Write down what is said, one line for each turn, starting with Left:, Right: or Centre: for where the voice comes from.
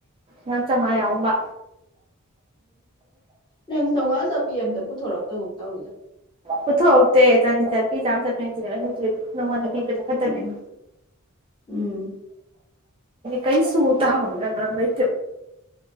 Right: ꯌꯥꯝ ꯆꯥꯝꯃꯉꯥ ꯌꯥꯎꯕ
Left: ꯂꯪ ꯁ ꯑꯁ ꯄꯄꯤ ꯌꯥꯝꯗ ꯄꯨꯊꯣꯔꯛꯇꯕ ꯇꯧꯋꯤꯗ
Right: ꯄꯨꯊꯣꯛꯇꯦ ꯆꯅꯤ ꯆꯠꯄꯤ ꯆꯥꯝ ꯆꯠꯄ ꯅꯉꯣꯟ ꯄꯤꯕꯗ ꯐꯠꯇꯅꯦ
Left: ꯎꯝ ꯎꯝ
Right: ꯀꯩ ꯁꯨ ꯇ ꯍ ꯃꯩ